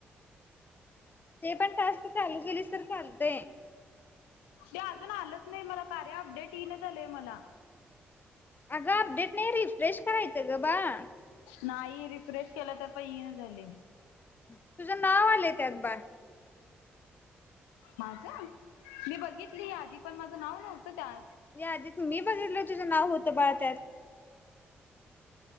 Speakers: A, on the left (about 35°); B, on the left (about 85°).
A: ते पण टास्क चालू केलीस तर चालतंय
B: ते अजून आलंच नाही मला कार्य अपडेट ईना झालंय मला
A: अगं अपडेट नाही रिफ्रेश करायचं ग बाळ
B: नाही रिफ्रेश केला तर पण ईना झालय
A: तुझं नाव आलंय त्यात बाळ
B: माझं मी बघितली यादी पण माझं नाव नव्हतं त्यात?
A: या यादीत मी बघितलय तुझं नाव होतं बाळ त्यात